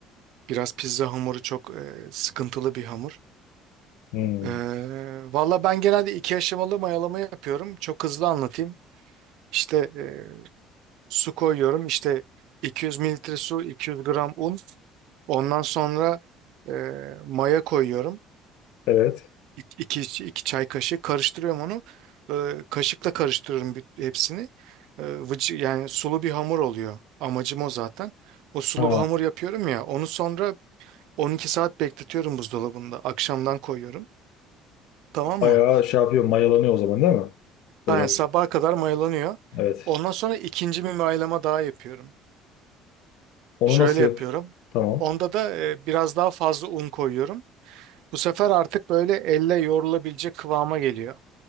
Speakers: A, on the right; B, on the left.
A: Biraz pizza hamuru çok e, sıkıntılı bir hamur.
B: Hmm,
A: E, valla ben genelde iki aşamalı mayalama yapıyorum. Çok hızlı anlatayım. İşte e, su koyuyorum. İşte 200 mililitre su, 200 gram un. Ondan sonra e, maya koyuyorum.
B: Evet.
A: İki iki, iki çay kaşığı karıştırıyorum onu. Ee, kaşıkla karıştırıyorum büt- hepsini. Ee, vıcı- yani sulu bir hamur oluyor. Amacım o zaten. O sulu
B: Ha,
A: hamur yapıyorum ya. Onu sonra 12 saat bekletiyorum buzdolabında. Akşamdan koyuyorum. Tamam
B: bayağı
A: mı?
B: şey yapıyor, mayalanıyor o zaman değil mi? Böyle
A: Aynen
B: oluyor.
A: sabaha kadar mayalanıyor.
B: Evet.
A: Ondan sonra ikinci bir mayalama daha yapıyorum.
B: Onu
A: Şöyle
B: nasıl
A: yapıyorum.
B: yap? Tamam.
A: Onda da e, biraz daha fazla un koyuyorum. Bu sefer artık böyle elle yoğrulabilecek kıvama geliyor.